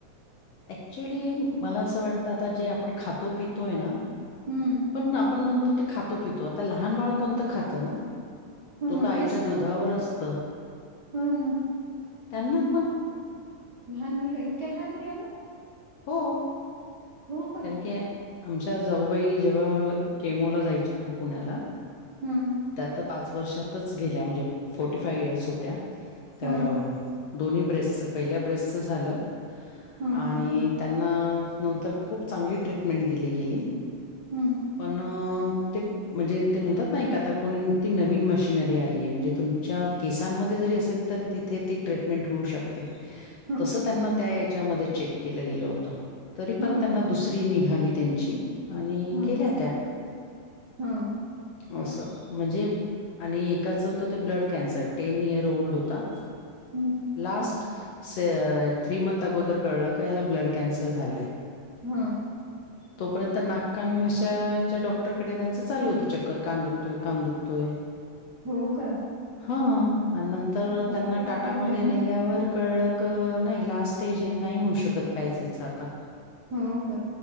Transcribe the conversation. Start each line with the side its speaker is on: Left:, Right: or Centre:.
Left: ऍक्च्युली मला असं वाटतं आता जे आपण खातो पितोय ना
Right: हम्म
Left: पण आपण म्हणतो ते खातो पितो आता लहान बाळ कोणतं खातं ना
Right: हो
Left: तो
Right: मग
Left: तर आईच्या
Right: तेच ना
Left: दुधावर असतं
Right: हो ना
Left: त्यांना पण.
Right: लहान मुलं इतक्या लहान मुलांना.
Left: हो.
Right: हो का
Left: कारण की आमच्या जाऊबाई जेव्हा केमोला जायच्या ना पुण्याला
Right: हां.
Left: त्या तर पाच वर्षातच गेल्या म्हणजे फोर्टी फायव्ह इयर्स होत्या तर
Right: हम्म
Left: दोन्ही ब्रेसचं पहिल्या ब्रेसचा झालं
Right: हम्म
Left: आणि
Right: हम्म
Left: त्यांना नंतर खूप चांगली ट्रीटमेंट दिली गेली
Right: हम्म
Left: पण ते म्हणजे ते म्हणतात नाही का, आता कोणती नवीन मशिनरी आली आहे. म्हणजे तुमच्या केसांमध्ये जरी असेल. तरी तिथे, ती ट्रीटमेंट होऊ शकते.
Right: <inaudible>
Left: तस, त्यांना त्या याच्यामध्ये चेक केलं गेलं होत. तरी
Right: हम्म
Left: पण त्यांना
Right: हम्म
Left: दुसरी निघाली. त्यांची आणि
Right: हो
Left: गेल्या
Right: का, हम,
Left: अस म्हणजे आणि एकाच होत. ते blood cancer ten year old होता.
Right: हम्म
Left: लास्ट स, थ्री मंथ अगोदर कळलं का याला ब्लड कॅन्सर झालाय.
Right: हम,
Left: तोपर्यत नाक कान घशाच्या डॉक्टरकडे त्यांच चालू होत. चक खर, कान दुखतोय, कान दुखतोय.
Right: हो का,
Left: हा, नंतर
Right: बापरे
Left: त्यांना टाटामध्ये
Right: किती भयानक
Left: नेल्यावर कळलं. क नाही. लास्ट एज नाही होऊ शकत. काहीच ह्याच आता
Right: हो, काय